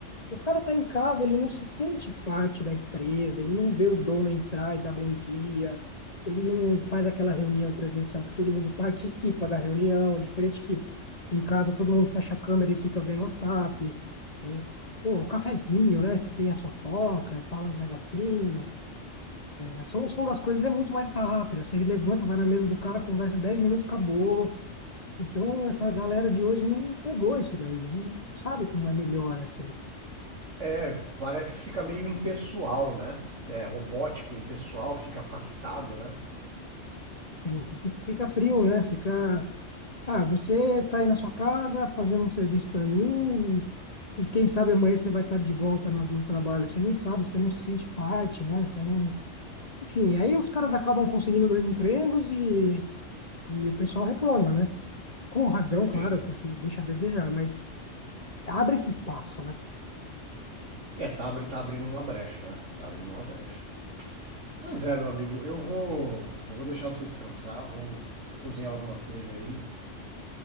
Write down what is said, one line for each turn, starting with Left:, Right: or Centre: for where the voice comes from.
Left: o cara está em casa, ele não se sente parte da empresa, ele não vê o dono entrar e dar bom dia, ele não faz aquela reunião presencial que todo mundo participa da reunião, diferente que em casa todo mundo fecha a câmera e fica vendo WhatsApp. É, pô, o cafezinho, né? Que tem a fofoca, e fala uns negocinhos. A solução das coisas é muito mais rápida. Você levanta, vai na mesa do cara, conversa 10 minutos, acabou. Então, essa galera de hoje não pegou isso daí, não não sabe como é melhor, assim.
Right: É, parece que fica meio impessoal, né? É robótico, impessoal, fica afastado, né?
Left: Sim, fica, fica frio, né? Fica. Ah, você tá aí na sua casa fazendo um serviço para mim, e quem sabe amanhã você vai estar de volta no, no trabalho. Você nem sabe, você não se sente parte, né? Você não. Enfim, aí os caras acabam conseguindo dois empregos e, e o pessoal reclama, né? Com razão, claro,
Right: Sim.
Left: porque deixa a desejar, mas abre esse espaço, né?
Right: É, tá, abri- tá abrindo uma brecha, né? Tá abrindo uma brecha. Mas é, meu amigo, eu vou, eu vou deixar você descansar, vou cozinhar alguma coisa aí